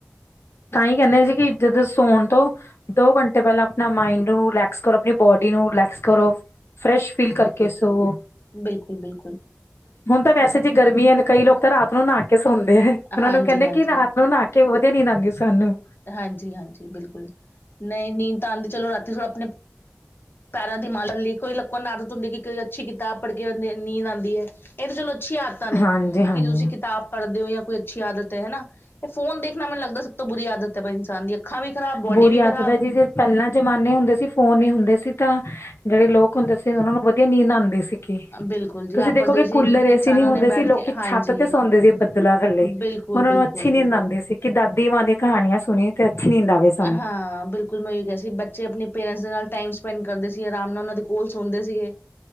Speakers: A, on the left; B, on the left.
A: ਤਾਂ ਹੀ ਕਹਿੰਦੇ ਆ ਜੀ ਜਦੋਂ ਸੋਣ ਤੋਂ ਦੋ ਘੰਟੇ ਪਹਿਲਾਂ ਆਪਣਾ ਮਾਇੰਡ ਨੂੰ ਰਿਲੈਕਸ ਕਰੋ ਆਪਣੀ ਬੋਡੀ ਨੂੰ ਰਿਲੈਕਸ ਕਰੋ। ਫਰੈਸ਼ ਫੀਲ ਕਰਕੇ ਸੋਵੋ,
B: ਬਿਲਕੁਲ, ਬਿਲਕੁਲ।
A: ਹੁਣ ਤਾਂ ਵੈਸੇ ਜੇ ਗਰਮੀ ਹੈ ਕਈ ਲੋਕ ਤਾਂ ਰਾਤ ਨੂੰ ਨਹਾ ਕੇ ਸੌਦੇ ਹੈ ਉਹਨਾਂ
B: ਹਾਂਜੀ-ਹਾਂਜੀ,
A: ਨੂੰ ਕਹਿੰਦੇ ਕਿ ਰਾਤ ਨੂੰ ਨਾਹਾ ਕਿ ਵਧੀਆ ਨੀ ਆਉਂਦੀ ਸਾਨੂੰ।
B: ਹਾਂਜੀ-ਹਾਂਜੀ, ਬਿਲਕੁਲ ਨਹੀਂ ਨੀਂਦ ਤਾਂ ਆਉਂਦੀ ਚਲੋ ਰਾਤੀ ਥੋੜ੍ਹਾ ਆਪਣੇ, ਪੈਰਾਂ ਦੀ ਮਾ ਲ ਲਈ ਕੋਈ ਲੋਕਾਂ ਨੂੰ ਆਦਤ ਹੁੰਦੀ ਕਿ ਕੋਈ ਅੱਛੀ ਕਿਤਾਬ ਪੜ੍ਹ ਕੇ ਨੀਂਦ ਆਉਂਦੀ ਹੈ। ਇਹ ਤਾਂ ਚਲੋ ਅੱਛੀਆਂ ਆਦਤਾਂ ਨੇ
A: ਹਾਂਜੀ ਹਾਂਜੀ
B: ਕਿ ਜੇ ਤੁਸੀਂ ਕਿਤਾਬ ਪੜਦੇ ਹੋ ਜਾਂ ਕੋਈ ਅੱਛੀ ਆਦਤ ਹੈ ਹਨ ਨਾ ਫੋਨ ਦੇਖਣਾ ਲੱਗਦਾ ਸਭ ਤੋਂ ਬੁਰੀ ਆਦਤ ਹੈ ਇਨਸਾਨ ਦੀ, ਅੱਖਾਂ ਵੀ ਖਰਾਬ ਬੋਡੀ
A: ਬੁਰੀ
B: ਵੀ ਖਰਾਬ,
A: ਆਦਤ ਹੈ ਜੀ ਜੇ ਪਹਿਲਾਂ ਜਮਾਨੇ ਹੁੰਦੇ ਸੀ ਫੋਨ ਨੀ ਹੁੰਦੇ ਸੀ ਤਾਂ ਜਿਹੜੇ ਲੋਕ ਹੁੰਦੇ ਸੀ ਉਹਨਾਂ ਨੂੰ ਵਧੀਆ ਨੀਂਦ ਆਉਂਦੇ ਸੀ।
B: ਬਿਲਕੁਲ ਜੀ
A: ਤੁਸੀਂ
B: ਆਪਸ
A: ਦੇਖੋ
B: ਦੇ
A: ਕਿ
B: ਵਿੱਚ
A: ਕੂਲਰ
B: ਹੀ
A: ਏਸੀ
B: ਇਨਸਾਨਾਂ
A: ਨੀ ਹੁੰਦੇ
B: ਨੇ ਬੈਠ
A: ਸੀ ਲੋਕੀ
B: ਕੇ ਹਾਂਜੀ
A: ਛੱਤ ਤੇ ਸੌਂਦੇ ਸੀ ਬਦਲਾ ਥੱਲੇ।
B: ਬਿਲਕੁਲ-ਬਿਲਕੁਲ-ਬਿਲਕੁਲ।
A: ਉਹਨਾਂ ਨੂੰ ਅੱਛੀ ਨੀਂਦ ਆਉਂਦੀ ਸੀ ਕਿ ਦਾਦੀ ਮਾਂ ਦੀਆਂ ਕਹਾਣੀਆਂ ਸੁਣੀ ਤੇ ਅੱਛੀ ਨੀਦ ਆਵੇ। ਸਾਨੂੰ
B: ਹਾਂ, ਬਿਲਕੁਲ। <unintelligible> ਕਿਹਾ ਸੀ ਬੱਚੇ ਆਪਣੇ ਪੇਰੈਂਟਸ ਦੇ ਨਾਲ ਟਾਈਮ ਸਪੈਂਡ ਕਰਦੇ ਸੀ ਆਰਾਮ ਨਾਲ ਉਹਨਾਂ ਦੇ ਕੋਲ ਸੁਣਦੇ ਸੀਗੇ।